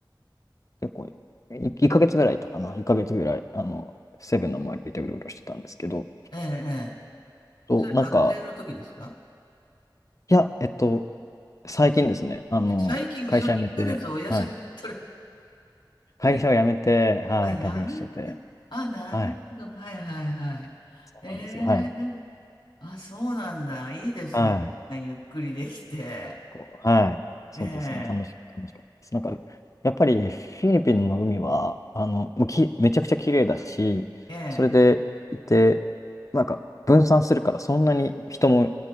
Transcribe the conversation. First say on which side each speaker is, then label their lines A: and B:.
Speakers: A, on the left; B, on the left.
A: 結構い、1ヶ月ぐらいいたかな。1ヶ月ぐらい、あの、セブの周りでうろうろしてたんですけど、
B: ええ、ええ
A: と、
B: それ学生の時ですか
A: なんか、いや、えっと、最近ですね、あの、
B: え最近、
A: 会社辞めて、
B: その1ヶ月お休み取れ、
A: はい。会社を辞めて、
B: い
A: はい、
B: あ、やめ、
A: 旅をしてて、
B: あ、なるほど。
A: はい。
B: はいはいはい。
A: そうなんですよ。
B: ええ、
A: はい。
B: あ、そうなんだ。いいですね。
A: はい。
B: ゆっくりできて。
A: こう、はい。そうですね。
B: ええ、
A: 楽し、楽しかったです。なんか、やっぱりフィリピンの海は、あの、もうき、めちゃくちゃ綺麗だし、
B: ええ、
A: それでいて、なんか、分散するからそんなに人も